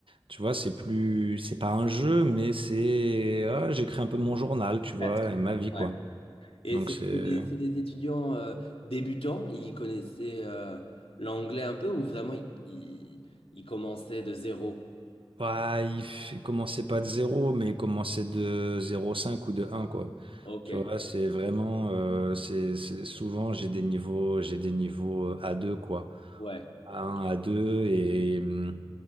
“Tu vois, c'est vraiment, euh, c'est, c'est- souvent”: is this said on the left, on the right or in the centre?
Right